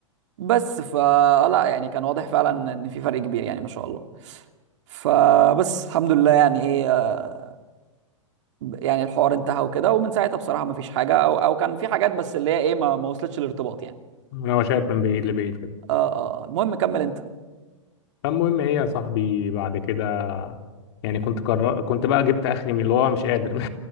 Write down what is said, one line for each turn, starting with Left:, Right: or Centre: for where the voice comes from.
Right: بس فا لا يعني كان واضح فعلا ان في فرق كبير يعني ما شاء الله فبس الحمد لله يعني ايه آه، يعني الحوار انتهى وكده ومن ساعتها بصراحه ما فيش حاجه او او كان في حاجات بس اللي هي ايه ما, ما وصلتش الارتباط يعني
Left: انا وشيت من بعيد لبعيد كده
Right: اه اه آه. المهم كمل انت
Left: فالمهم ايه يا صاحبي بعد كده يعني كنت قرر... كنت بقى جبت اخري من- اللي هو مش قادر <laughs>